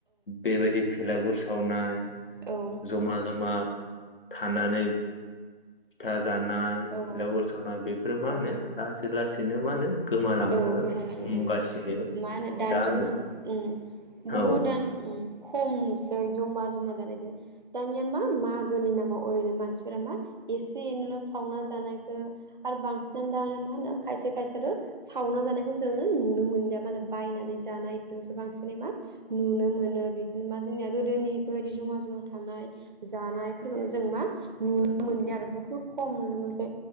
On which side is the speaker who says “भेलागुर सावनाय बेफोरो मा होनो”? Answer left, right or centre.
Left